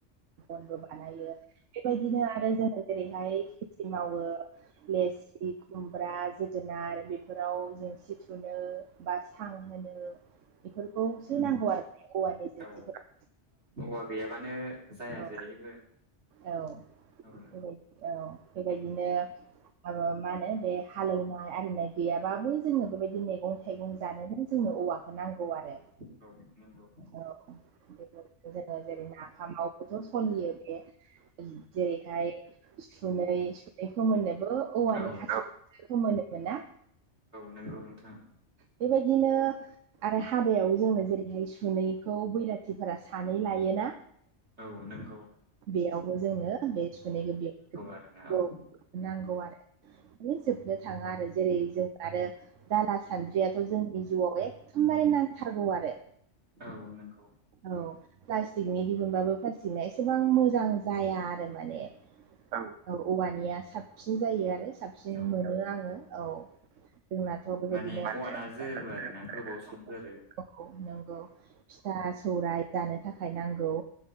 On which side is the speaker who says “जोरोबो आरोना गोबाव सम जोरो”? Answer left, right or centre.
Right